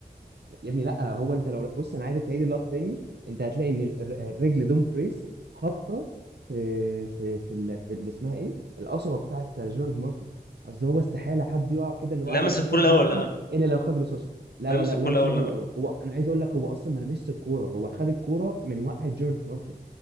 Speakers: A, on the right (about 80°); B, on the left (about 65°).
A: يا ابني لا هو انت لو بص انا عايزك تعيد اللقطه تاني انت هتلاقي ان الر- الرجل دوم فريس خابطه في في في ال- في اللي اسمها ايه القصبه بتاعت جورج مارتن اصل هو استحاله حد يقع كده اللي
B: لمس
A: وقع اللي وقع
B: الكوره
A: جورج
B: الاول
A: مارتن
B: ولا لا
A: الا لو خد رصاصه لا
B: لمس
A: لا لا
B: الكوره
A: لمس
B: الاول
A: رجله
B: ولا لا
A: الاول هو انا عايز اقول لك هو اصلا ما لمسش الكوره هو خد الكوره من وقع جورج مارتن